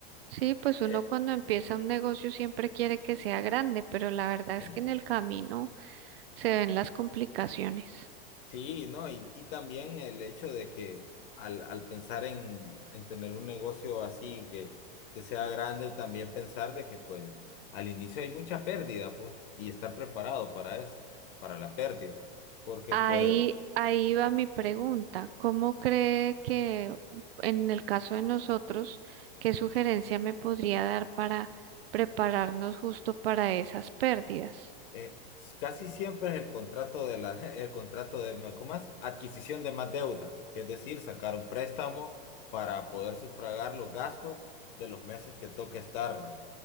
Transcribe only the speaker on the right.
sí, pues uno
cuando empieza un negocio siempre quiere que sea grande, pero la verdad
es que en el camino se ven las complicaciones.
Ahí,
ahí va mi pregunta. ¿Cómo cree que en el caso de nosotros, qué sugerencia me podría dar para prepararnos justo para esas pérdidas?